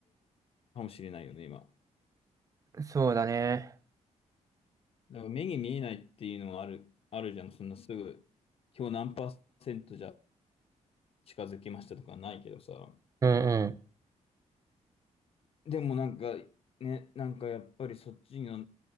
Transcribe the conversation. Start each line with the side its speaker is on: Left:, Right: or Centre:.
Left: かもしれないよね、今。
Right: そうだね。
Left: だから目に見えないっていうのもある、あるじゃん。そんなすぐ、今日何パーセントじゃ近づきましたとかないけどさ。
Right: うんうん。
Left: でもなんか、ね、なんかやっぱりそっちの、